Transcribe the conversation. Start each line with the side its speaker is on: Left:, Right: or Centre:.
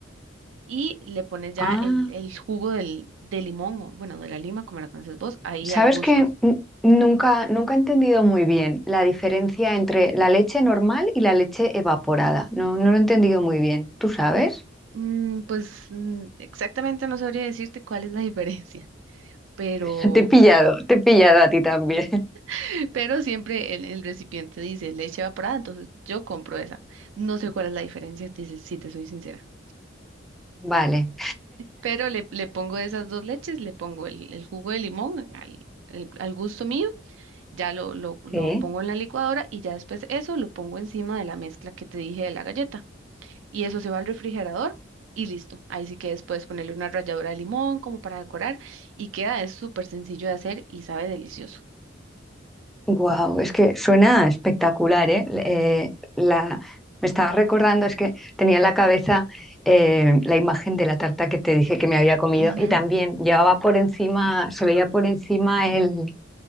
Right: Y le pones ya
Centre: Ah,
Right: el, el jugo del, de limón, o bueno, de la lima, como la conoces vos, ahí
Centre: ¿sabes
Right: al gusto.
Centre: que Nunca, nunca he entendido muy bien la diferencia entre la leche normal y la leche evaporada. No, no lo he entendido muy bien. ¿Tú sabes?
Right: Mm, pues mm, exactamente no sabría decirte cuál es la diferencia, pero,
Centre: <laughs> Te he pillado, te he pillado a ti también.
Right: <laughs> pero siempre el, el recipiente dice leche evaporada, entonces yo compro esa. No sé cuál es la diferencia, te- si si te soy sincera.
Centre: Vale,
Right: Pero le, le pongo esas dos leches, le pongo el, el jugo de limón al, el- al gusto mío, ya lo, lo, lo
Centre: sí.
Right: pongo en la licuadora y ya después eso lo pongo encima de la mezcla que te dije de la galleta. y eso se va al refrigerador y listo. Ahí sí que después ponerle una ralladura de limón como para decorar y queda, es súper sencillo de hacer y sabe delicioso.
Centre: Wow, es que suena espectacular, ¿eh? Eh, la, me estaba recordando, es que tenía en la cabeza eh, la imagen de la tarta que te dije que me había comido
Right: Ujú,
Centre: y también llevaba por encima, se veía por encima el,